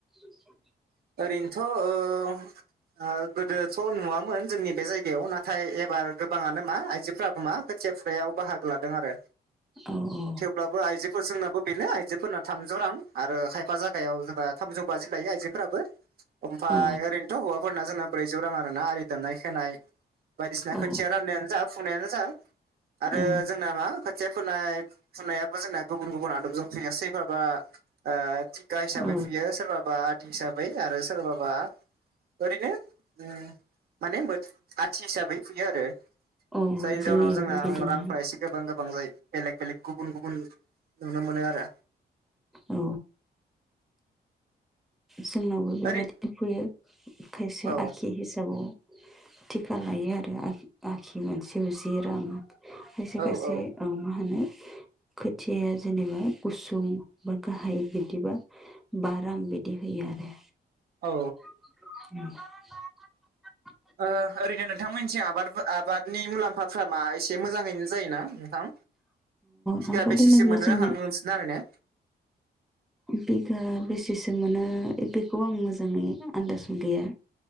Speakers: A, in the centre; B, on the right.
A: <inaudible>
B: ओरैनोथ' ओ गोदोथ' नुवामोन जोंनि बे जायगायाव नाथाय एबार गोबाङानो मा आइजोफोरा मा खोथिया फुुनायाव बाहागो लादों आरो,
A: औ औ
B: थेवब्लाबो आइजोफोर जोंनाबो बेनो आइजोफोरना थामजौ रां आरो खायफा जागायाव जों थामजौ बाजि लायो आइजो फ्राबो ओमफ्राय
A: औ
B: ओरैनोथ' हौवाफोरना जोंना ब्रैजौ रां आरोना आलि दाननाय खोनाय बायदिसिना
A: औ
B: खोथिया राननायानो जा फुंनायानो जा आरो
A: औ
B: जोंना मा खोथिया फोनाय फुनायाबो जोंना गुबुन गुबुन आदबजों फुयो सोरबाबा ओ गाह हिसाबै
A: औ
B: फुयो, सोरबाबा आदि हिसाबै आरो सोरबाबा ओरैनो ओ माने आथि हिसाबै फुयो आरो
A: औ
B: जायनि
A: जोंनियावबो
B: जाउनाव जोंना
A: बिदिनो
B: रांफ्रा एसे गोबां गोबां जायो, बेलेग बेलेग गुबुन गुबुन नुनो मोनो आरो।
A: औ। जोंनावबो बेबायदिनो
B: ओरै
A: फुयो खायसे
B: औ
A: आखि हिसाबाव। थिखा लायो आरो आखि आखि मोनसेआव जि रां खायसे
B: औ
A: खायसे
B: औ
A: मा होनो खोथियाया जेनेबा गुसुं बा गाहाय बिदिबा बा रां बिदि होयो आरो।
B: औ।
A: <unintelligible>
B: ओ ओरैनो नोंथांमोननिथिं आबाद आबादनि मुलाम्फाफ्रा मा एसे मोजाङैनो जायोना थां? बिगा
A: माबा
B: बेसेसो
A: दोनोब्ला
B: मोननो
A: जोंनो
B: हां नोंसोरना आरैनो?
A: बिगा बेसेसो मोनो बेखौ आं मोजाङै आन्दाजाव गैया।